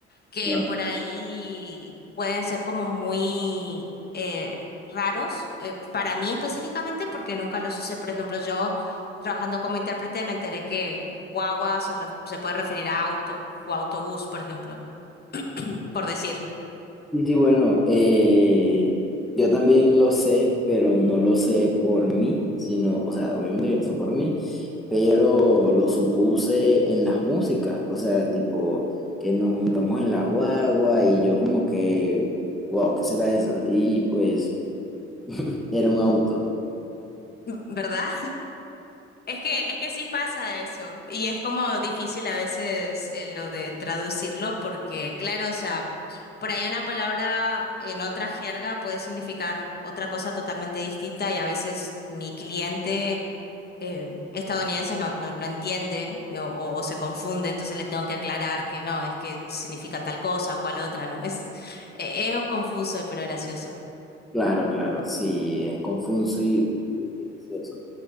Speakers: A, on the left; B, in the centre.
A: que
B: Claro.
A: por ahí pueden ser como muy eh, raros, eh, para mí específicamente, porque nunca los usé. Por ejemplo, yo trabajando como intérprete me enteré que guagua se, re- se puede referir a auto o autobús, por ejemplo, por decir,
B: sí sí, bueno, eh, yo también lo sé, pero no lo sé por mí, sino, o sea, obviamente que lo sé por mí, pero lo supuse en las músicas, o sea, tipo que nos montamos en la guagua y yo como que, wow, ¿qué será eso? Y pues era un auto.
A: ¿verdad? Es que, es que sí pasa eso. Y es como difícil a veces eh, lo de traducirlo porque, claro, o sea, por ahí una palabra en otra jerga puede significar otra cosa totalmente distinta y a veces mi cliente eh, estadounidense no, no, no entiende eh, o, o- o se confunde, entonces le tengo que aclarar que no, es que significa tal cosa o cual otra, ¿no? <laughs> Es, eh, es confuso, pero gracioso.
B: Claro, claro, sí, es confuso y y gracioso.